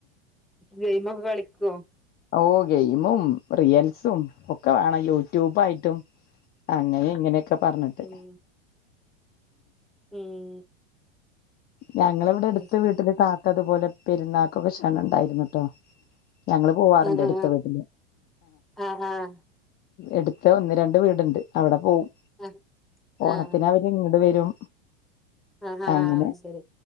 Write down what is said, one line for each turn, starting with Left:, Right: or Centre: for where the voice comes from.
Centre: ഗെയിം ഒക്കെ കളിക്കോ?
Left: ഓ, ഗെയിമും, റിൽസും, ഒക്കെ വേണം. യൂട്യൂബയിട്ടും. അങ്ങനെ ഇങ്ങനെയൊക്കെ പറഞ്ഞിട്ട്.
Centre: ഉം ഉം.
Left: ഞങ്ങളിവിടെ എടുത്ത്
Centre: അത് ശരി
Left: വീട്ടിലെ താത്ത അ തുപോലെ പെരുന്നാക്കൊക്കെ ക്ഷണം ഉണ്ടായിരുന്നട്ടോ. ഞങ്ങൾ പോവാറുണ്ട്
Centre: ആഹ്
Left: അടുത്ത വീട്ടില്.
Centre: ആഹ് ആഹ്
Left: എടുത്ത് ഒന്ന് രണ്ട് വീടുണ്ട്, അവിടെ പോവും.
Centre: ആഹ്
Left: ഓണത്തിനവർ
Centre: ആഹ്
Left: ഇങ്ങട് വരും.
Centre: ആഹ, ആഹ,
Left: അങ്ങനെ
Centre: അത് ശരി.